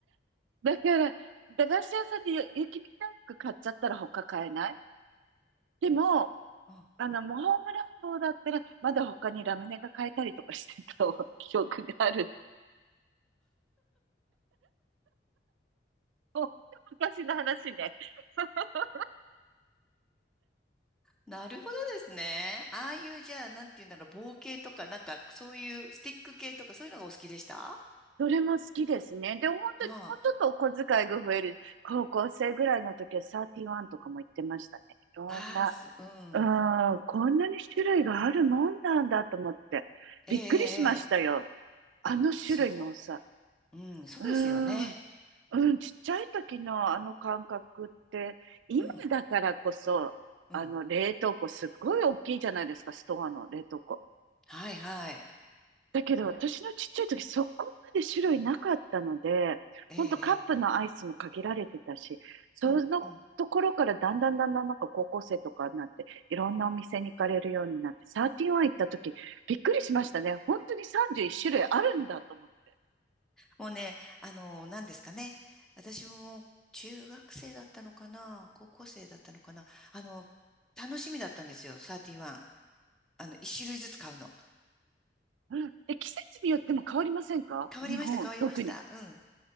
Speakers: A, on the right; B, in the centre.
A: だから、駄菓子屋さんでゆ雪見大福買っちゃったら他買えない。でも、
B: ん
A: あの、もうホームランボーだったら、まだ他にラムネが買えたりとかしてた <laughs> 記憶がある。ほんと昔の話ね。<laughs>
B: なるほどですね。ああいう、じゃあ、なんていうんだろう、棒系とか、なんか、そういう、スティック系とか、そういうのがお好きでしたは
A: どれも好きですね。で、本当にもうちょっとお小遣いが増える。
B: あ。
A: 高校生ぐらいの時はサーティワンとかも行ってましたね。いろんな
B: ああ、そ、うん。
A: うん、こんなに種類があるもんなんだと思って、
B: ええ、
A: びっくりしましたよ。
B: ええ。ええ
A: あの種類の多さ。
B: あ、そう。うん、そうですよね。
A: うん、うん、ちっちゃい時のあの感覚って、今だからこそ、
B: うん、うん。
A: あの冷凍庫すっごい大きいじゃないですか、ストアの冷凍庫。
B: はい、はい。
A: だけど、私のちっちゃい時、そこまで種類なかったので、
B: ええ、
A: ほんとカップのアイスも限られてたし、そのところからだんだんだんだんなんか高校生とかになって、
B: ええ。うん、うん。
A: いろんなお店に行かれるようになって、サーティワン行った時、びっくりしましたね。本当に31種類あるんだと思って。
B: もうね、あの、何ですかね。私も中学生だったのかな、高校生だったのかな。あの、楽しみだったんですよ、サーティワンあの、一種類ずつ買うの。
A: うん。で、季節によっても変わりませんか日本、
B: 変わりました、変わりました。
A: 特に。
B: うん。